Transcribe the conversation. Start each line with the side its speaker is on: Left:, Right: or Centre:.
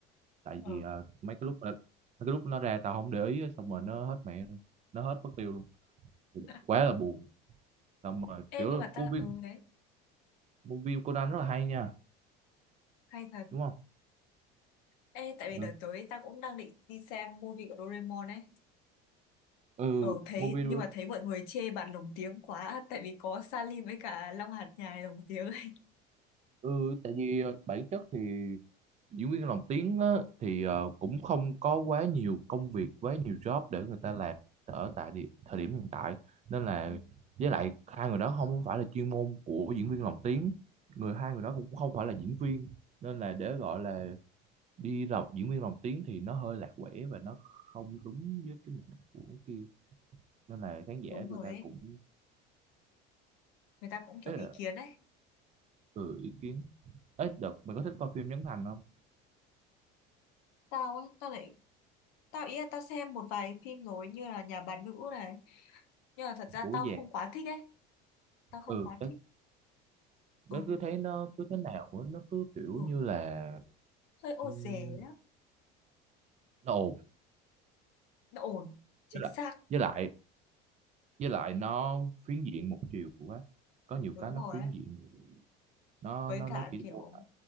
Right: tại
Left: Ừ.
Right: vì ờ, mấy cái lúc mà, mấy cái lúc nó ra tao không để ý á, xong rồi nó hết mẹ luôn nó hết mất tiêu luôn
Left: <laughs>
Right: quá là buồn xong rồi
Left: Ê
Right: kiểu
Left: nhưng
Right: là
Left: mà ta
Right: movie
Left: ừ đấy,
Right: movie Conan rất là hay nha
Left: hay thật.
Right: đúng không
Left: Ê, tại vì
Right: ừ,
Left: đợt tới ta cũng đang định đi xem movie của Doraemon ấy.
Right: ừ
Left: Ờ, thấy,
Right: movie
Left: nhưng
Right: đó-
Left: mà thấy mọi người chê bạn lồng tiếng quá, tại vì có Salim với cả Long Hạt Nhài lồng tiếng ấy.
Right: ừ tại vì ờ, bản chất thì diễn viên lồng tiếng á, thì ờ, cũng không có quá nhiều công việc quá nhiều job để người ta làm ở tại địa, thời điểm hiện tại nên là
Left: Ừ,
Right: với lại hai người đó không có phải là chuyên môn của diễn viên lồng tiếng người hai người đó cũng không phải là diễn viên nên là để gọi là đi làm diễn viên lồng tiếng thì nó hơi lạc quẻ và nó không đúng với cái mục đích của kia nên là khán giả
Left: Đúng rồi
Right: người ta
Left: ấy,
Right: cũng
Left: người ta cũng kiểu
Right: ấy
Left: ý
Right: là
Left: kiến ấy.
Right: ừ, ý kiến ấy đợt mày có thích coi phim Trấn Thành không
Left: Tao á tao lại, tao ý là tao xem một vài phim rồi như là Nhà bà nữ này, nhưng mà thật ra
Right: bố
Left: tao
Right: già
Left: không quá thích ấy, tao không
Right: ừ
Left: quá thích. Ừ,
Right: Bé cứ thấy nó cứ thế nào á, nó cứ kiểu
Left: ừ
Right: như là
Left: hơi ô
Right: ừm,
Left: dề lắm,
Right: nó ồn
Left: nó ổn, chính
Right: với lại
Left: xác,
Right: với lại với lại nó phiến diện một chiều quá có nhiều
Left: đúng
Right: cái nó
Left: rồi
Right: phiến
Left: ấy.
Right: diện nó
Left: Với
Right: nó
Left: cả
Right: nó chỉ
Left: kiểu,
Right: mô tả-